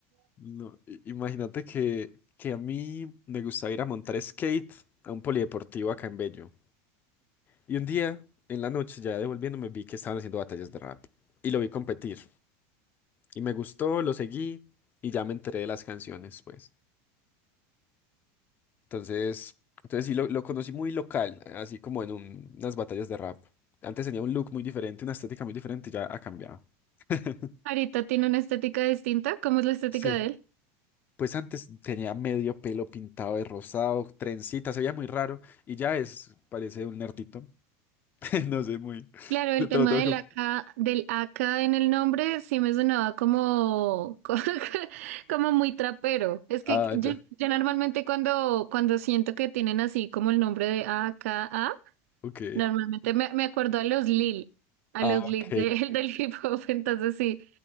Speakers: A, on the left; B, on the right.
A: No, i- imagínate que, que a mí me gustaba ir a montar skate a un polideportivo acá en Bello. Y un día, en la noche, ya devolviéndome, vi que estaban haciendo batallas de rap. Y lo vi competir. y me gustó, lo seguí y ya me enteré de las canciones, pues. Entonces, entonces sí, lo, lo conocí muy local, así como en un- unas batallas de rap. Antes tenía un look muy diferente, una estética muy diferente, y ya ha cambiado. <laughs>
B: ahorita tiene una estética distinta? ¿Cómo es la estética
A: Sí.
B: de él?
A: Pues antes tenía medio pelo pintado de rosado, trencita, se veía muy raro y ya es, parece un nerdito. <laughs> No sé, muy...
B: Claro, el
A: Te
B: tema
A: lo tengo
B: del AK,
A: que...
B: del AK en el nombre sí me sonaba como, <laughs> como muy trapero. Es que
A: Ah,
B: yo,
A: ya.
B: yo normalmente cuando, cuando siento que tienen así como el nombre de AKA,
A: Ok.
B: Normalmente me, me acuerdo a los Lil, a
A: Ah,
B: los Lil
A: ok.
B: de- <laughs> del hip hop, entonces sí.